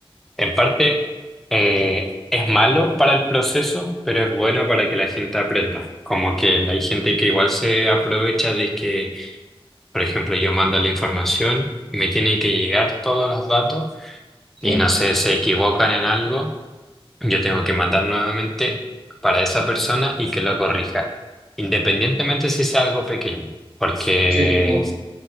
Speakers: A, in the centre; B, on the right (about 70°).
A: en parte eh, es malo para el proceso, pero es bueno para que la gente aprenda. Como que hay gente que igual se aprovecha de que, por ejemplo, yo mando la información, me tiene que llegar todos los datos
B: Sí,
A: y no sé, se equivocan en algo yo tengo que mandar nuevamente para esa persona y que lo corrija, independientemente si sea algo pequeño, porque,
B: Sí, sí, sí.